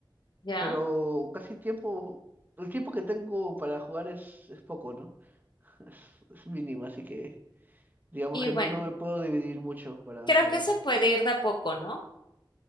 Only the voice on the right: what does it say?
Pero casi tiempo, el tiempo que tengo para jugar es, es poco, ¿no? <laughs> Es, es mínimo, así que digamos
que
no, no me puedo dividir mucho para,
para
eso.